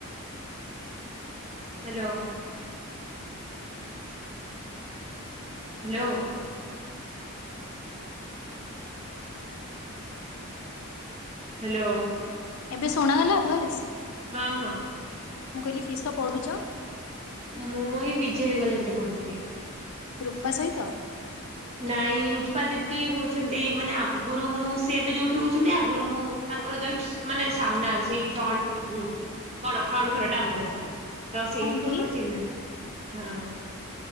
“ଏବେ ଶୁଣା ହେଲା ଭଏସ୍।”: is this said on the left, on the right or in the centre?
Left